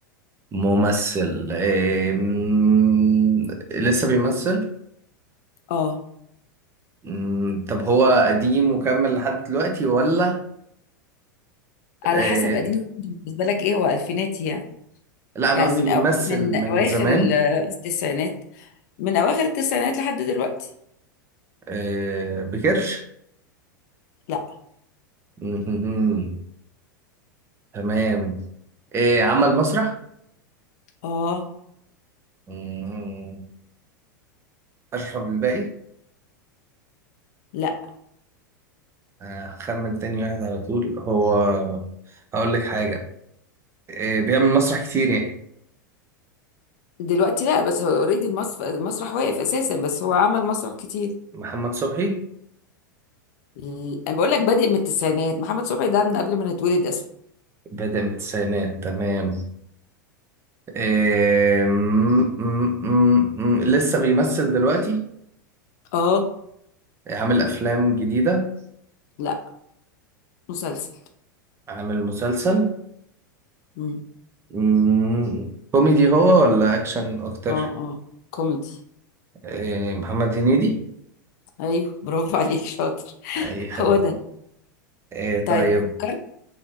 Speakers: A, on the right (about 25°); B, on the left (about 55°).
A: ممثل إيه م- لسه بيمثل
B: اه
A: م- طب هو قديم وكمل لحد دلوقتي ولا
B: على
A: إيه
B: حسب قديم بالنسبه لك ايه هو الفيناتي يعني
A: لا انا
B: يعني
A: قصدي
B: من
A: بيمثل
B: أو... من
A: من
B: اواخر
A: زمان
B: ال- التسعينات من اواخر التسعينات لحد دلوقتي
A: آه بكرش
B: لا
A: مهمهم. تمام آه عمل مسرح
B: اه
A: مهم. أشرف عبد الباقي
B: لا
A: هخمن تاني واحد على طول هو هقول لك حاجة آه بيعمل مسرح كتير يعني
B: دلوقتي لا بس هو اوريدي المسرح المسرح واقف اساسا بس هو عمل مسرح كتير
A: محمد صبحي
B: ال- انا بقول لك بادئ من التسعينات محمد صبحي ده من قبل ما نتولد اصلا
A: بدأ من التسعينات تمام آه م- م- م- م- لسه بيمثل دلوقتي
B: اه
A: عامل أفلام جديدة
B: لا مسلسل
A: عامل مسلسل
B: مم.
A: مم. كوميدي هو ولا أكشن أكتر
B: اه اه كوميدي
A: آه محمد هنيدي
B: ايوه برافو عليك شاطر <laughs>
A: اي خدمة
B: هو ده
A: إيه
B: طيب
A: طيب
B: فكرت